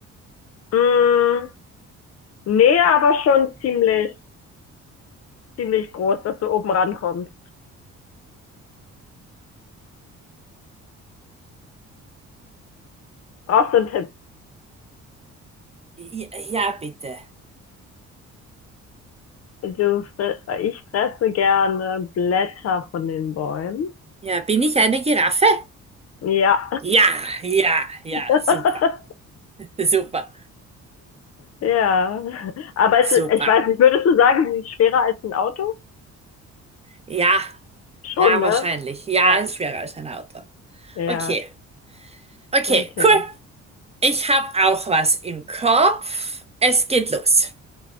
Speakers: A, on the left; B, on the right.
A: mm, Nee, aber schon ziemlich, ziemlich groß, dass du oben rankommst. Brauchst du einen Tipp?
B: Ja, ja, bitte.
A: Du, fri- ich fresse gerne Blätter von den Bäumen.
B: Ja, bin ich eine Giraffe?
A: Ja.
B: Ja, ja, ja,
A: <laughs>
B: super, <laughs> super,
A: Ja. Aber
B: super.
A: es, ist- ich weiß nicht, würdest du sagen, sie ist schwerer als ein Auto?
B: Ja,
A: Schon,
B: ja,
A: ne?
B: wahrscheinlich. Ja,
A: Ja.
B: ist schwerer als ein Auto.
A: Ja.
B: Okay, okay,
A: Okay.
B: cool. Ich habe auch was im Kopf. Es geht los.